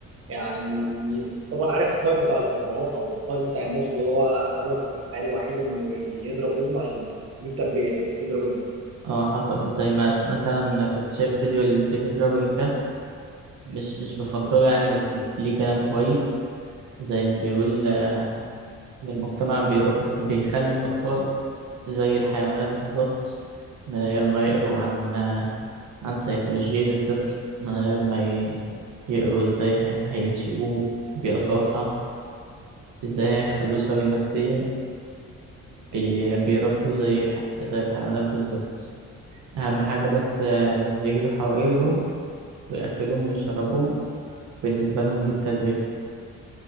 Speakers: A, on the right; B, on the right.
A: يعني انت طبعا عارف الطيب بتاع الابهات او الطيب بتاع الناس اللي هو هدفه في الحياه الوحيد انه يضرب ابنه عشان دي التربيه انك تضرب ابنه
B: اه حصل زي ما س- مثلا كنت شايف فيديو لديفيد راجل الكهف مش مش بفضله يعني بس ليه كلام كويس زي إنه بيقول آه، إن المجتمع بيرب بيخلف أطفال زي الحيوانات بالظبط من غير ما يقروا عن آه، عن سيكولوجية الطفل من غير ما ي- يقروا ازاي هي- هينشئوه في بيئة صالحة ازاي هيخلوه سوي نفسيا بي- بيربوا زي الح... زي الحيوانات بالظبط أهم حاجة بس آه، يجدوا حواليهم ويأكلوهم ويشربوهم بالنسبة لهم دي التربية